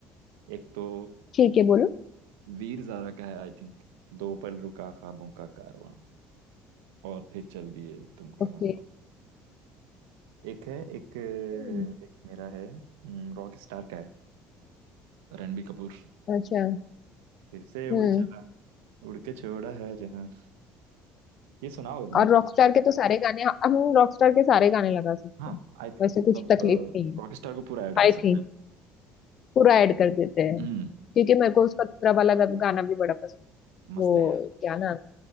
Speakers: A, on the right; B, on the left.
A: एक तो
B: ठीक है बोलो
A: वीर ज़ारा का है आई थिंक दो पल रुका ख्वाबों का कारवां और फिर चल दिए तुम
B: ओके
A: कहाँ एक है एक
B: हम्म,
A: एक मेरा है रॉक स्टार का है रणबीर कपूर
B: अच्छा
A: फिर से उड़
B: हम्म
A: चला उड़ के छोड़ा है जहान ये सुना होगा तुमने
B: और रॉकस्टार के तो सारे गाने हम रॉकस्टार के सारे गाने लगा सकते
A: हाँ
B: हैं
A: आई थिंक
B: वैसे कुछ
A: अब
B: तकलीफ नहीं
A: रॉक स्टार को पूरा ऐड कर
B: आई
A: सकते
B: थी
A: हैं
B: पूरा ऐड कर देते हैं
A: हम्म
B: क्योंकि मेरे को उसका दूसरा वाला गा- गाना भी बड़ा पसंद है
A: मस्त
B: वो
A: है यार
B: क्या ना